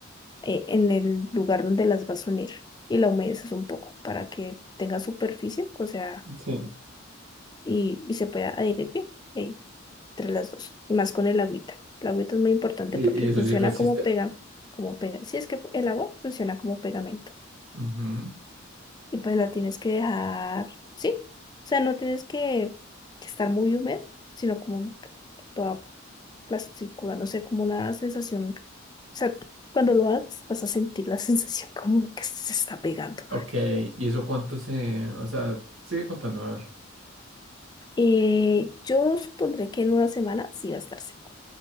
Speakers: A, on the left (about 20°); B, on the right (about 70°).
A: eh, en el lugar donde las vas a unir y la humedeces un poco para que tenga superficie, o sea,
B: Sí.
A: y, y se pueda adherir bien eh, entre las dos, y más con el agüita. El agüita es muy importante
B: ¿Y,
A: porque
B: y eso
A: funciona
B: sí resiste?
A: como pega, como pega. Si es que el agua funciona como pegamento
B: Ujú.
A: y pues la tienes que dejar, ¿sí? O sea, no tienes que, que estar muy húmeda, sino como toda plástica, no sé, como una sensación. O sea, cuando lo hagas vas a sentir la <laughs> sensación como que se está pegando.
B: Ok, ¿y eso cuánto se...? O sea, sigue contando, a ver.
A: Eh, yo supondré que en una semana sí va a estar seco.